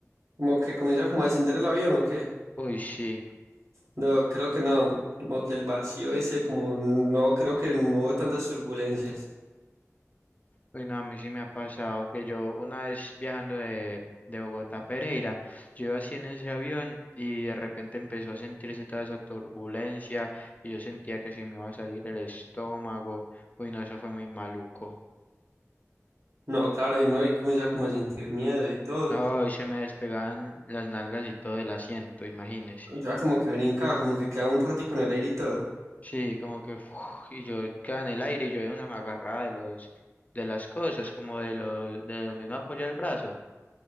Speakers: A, on the right; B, on the left.
A: Como que comienza como a descender el avión o qué.
B: Uy, sí.
A: No, creo que no. Como que el vacío ese, como no, creo que no hubo tantas turbulencias.
B: Uy, no, a mí sí me ha pasado que yo una vez viajando de, de Bogotá a Pereira, yo iba así en ese avión y de repente empezó a sentirse toda esa turbulencia y yo sentía que se me iba a salir el estómago. Uy, no, eso fue muy maluco.
A: No, claro, y no, y comienza como a sentir miedo y todo.
B: No, y se me despegaban las nalgas y todo el asiento, imagínese.
A: Ya como que brinca, como que queda un ratico en el aire y todo.
B: Sí, como que uf, y yo quedaba en el aire y yo de una me agarraba de los de las cosas, como de los de donde uno apoya el brazo.